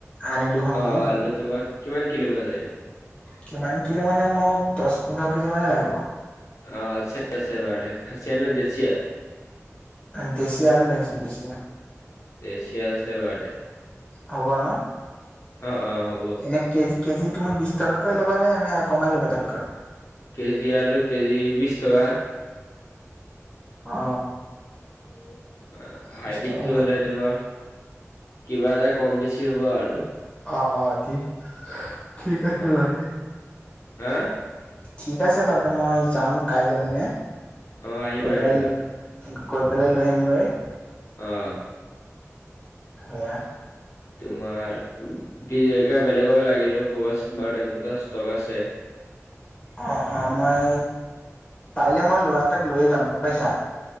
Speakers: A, on the left; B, on the left.
A: আনিলো হয়
B: অ
A: মই
B: আলু তোমাক কিমান কিলো মান লাগিব
A: কিমান কিলো মানে মোক দহ পোন্ধৰ কেজি মানে লাগিব
B: অ আছে আছে বাৰে খাচিয়া নে দেচিয়া
A: দেচিয়া আলু লাগিছিল দেচিয়া
B: দেচিয়া আছে বাৰুতে
A: হ'ব ন
B: অ অ হ'ব
A: এনে কেজি কেজি তুমি বিছ টকাকৈ ল'বা নে এনে কমাই ল'বা তাতকৈ
B: কেজি আলু কেজি বিছ টকা
A: অ
B: উম অ
A: বিশ
B: হাইব্ৰীড
A: টকা ন
B: হলে তোমাৰ কিবা এটা কম বেছি হ'ব আৰু
A: অ অ ঠিক ঠিক আছে
B: অ
A: বাকি
B: হা
A: ঠিক আছে বাৰুতে মই যাম কাইলৈ মানে
B: অ আহিবা
A: গৈ পেলাই
B: আহিবা
A: গৈ পেলাই লৈ আহিমগৈ
B: অইয়
A: সেয়া
B: তোমাৰ বি জলকীয়া বেলেগক লাগিলেও ক'বাচোন বাৰুতে মোৰ তাত ষ্টক আছে
A: অ অ মই পাৰিলে মই ল'ৰা এটাক লৈ যাম গম পাইছা।